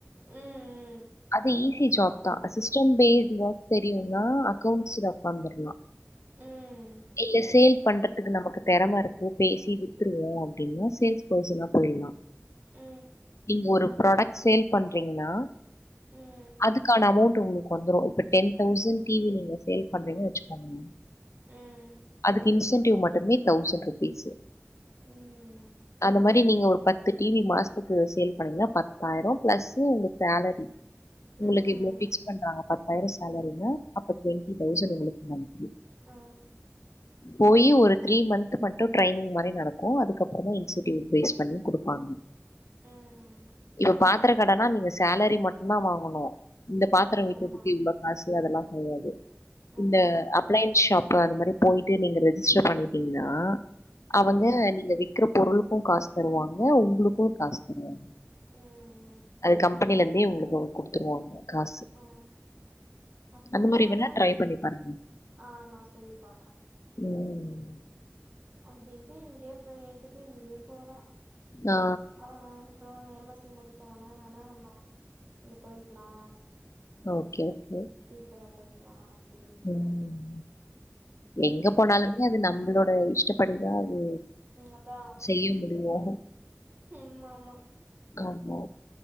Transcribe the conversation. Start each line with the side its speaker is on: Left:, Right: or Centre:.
Right: ம் ம்
Left: அது ஈஸி ஜாப்தா சிஸ்டம் பேஸ்ட் ஒர்க் தெரியுனா அக்கௌண்ட்ஸ் ஜாப் வந்தர்லா
Right: ம்
Left: இல்ல சேல் பண்றதுக்கு நமக்கு தெறம இருக்கு பேசி வித்துருவோ அப்டின்னா சேல்ஸ் பர்சனா போயிலா
Right: <unintelligible>
Left: நீங்க ஒரு ப்ராடக்ட் சேல் பண்றீங்கன்னா
Right: ம்,
Left: அதுக்கான அமௌண்டட் உங்களுக்கு வந்துரு இப்ப டென் தௌசண் டி வி நீங்க சேல் பண்றீங்கா வெச்சுக்கோங்க
Right: ம்,
Left: அதுக்கு இன்சென்டிவ் மட்டுமே தௌசண்ட் ருபீஸ்ஸு
Right: ம்
Left: இந்த மாரி நீங்க ஒரு பத்து டி வி மாசத்துக்கு சேல் பண்ணீங்கன்னா பத்தாயிரோ பிளஸ்ஸு உங்க சேலரி உங்களுக்கு
Right: ம்,
Left: இவ்ளோ பிக்ஸ் பண்றாங்க பத்தாயிரோ சேலரினா அப்ப டுவெண்டி தௌசண்ட் உங்களுக்கு நம்ப
Right: ஆ
Left: போய் ஒரு த்ரீ மந்த் மட்டு ட்ரைனிங் மாரி நடக்கு அதுக்கப்ரமா இன்சென்டிவ் பேஸ் பண்ணி குடுப்பாங்க
Right: ம்,
Left: இப்ப பாத்தர
Right: அப்
Left: கடனா நீங்க சேலரி மட்டுந்தா வாங்கணு இந்த பாத்தரோ
Right: ம்,
Left: விக்கறதுக்கு
Right: ஆமா,
Left: இவ்ளோ காசு அதெல்லா கெடையாது
Right: ஆமா,
Left: இந்த அப் ளையன்ஸ் ஷாப்பு அது மாரி போயிட்டு நீங்க ரெஜிஸ்டர் பண்ணிட்டீங்ன்னா அவங்க
Right: ம்,
Left: நீங்க விக்கற பொருளுக்கு காசு தருவாங்க உங்களுக்கு காசு தருவாங்க
Right: ம், ம்,
Left: அது கம்பெனில இருந்தே உங்களுக்கு குடுத்துருவாங்க காசு
Right: ஆ, அப்புறமே
Left: அந்த மாரி
Right: அதா
Left: வேணா ட்ரை பண்ணி பாருங்க
Right: ஆ நா சொல்லி பாக்கற
Left: ம்
Right: அப்டின்ட்டு இங்கேயே அப்ரோ போயித்துட்டு இங்கயே போறா
Left: ஆ
Right: ஆ ஆ அப்ரோ எம் எஸ் சி முடிச்சா வேணா வேணா நம்ம இங்கே போய்க்லா
Left: ஓகே ஓகே
Right: டீச்சர்ரா போய்க்கலா அப்டினுட்டு
Left: ம் எங்க
Right: <unintelligible>
Left: போனாலுமே அது நம்மளோட இஷ்டப்படிதா அது
Right: ஆ
Left: செய்ய முடிவோ
Right: ம் மாமா
Left: ஆமா